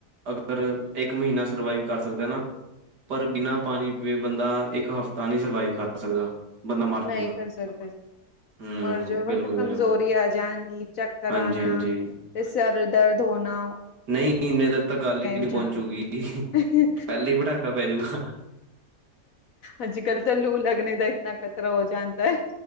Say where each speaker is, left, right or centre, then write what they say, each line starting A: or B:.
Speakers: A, on the right; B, on the left.
A: ਫ ਇੱਕ ਮਹੀਨਾ ਸਰਵਾਈਵ ਕਰ ਸਕਦਾ ਨਾ। ਪਰ ਬਿਨਾਂ ਪਾਣੀ ਪੀਵੇ ਬੰਦਾ ਇੱਕ ਹਫ਼ਤਾ ਨਹੀਂ ਸਰਵਾਈਵ ਕਰ ਸਕਦਾ। ਬੰਦਾ ਮਰ
B: ਨਈ
A: ਜੂਗਾ
B: ਕਰ ਸਕਦਾ।
A: ਹੂੰ
B: ਮਰ ਜੋਗਾ
A: ਬਿਲਕੁਲ-ਬਿਲਕੁਲ
B: ਤਾਂ ਕਮਜ਼ੋਰੀ ਆ ਜਾਗੀ, ਚਕਰ
A: ਹਾਂਜੀ-ਹਾਂਜੀ
B: ਆਨਾ ਤੇ ਸਰ ਦਰਦ ਹੋਨਾ
A: ਨਹੀਂ ਇੰਨੇ ਤੱਕ ਤਾਂ ਗੱਲ ਹੀ ਨਹੀਂ
B: ਜਾਣੀ।
A: ਪਹੁੰਚੂਗੀ ਪਹਿਲਾਂ ਹੀ ਪਟਾਕਾ ਪੈਜੂਗਾ।
B: ਅੱਜ ਕੱਲ ਤਾਂ ਲੂ ਲੱਗਣੇ ਦਾ ਇਤਨਾ ਖਤਰਾ ਹੋ ਜਾਂਦਾ ਆ।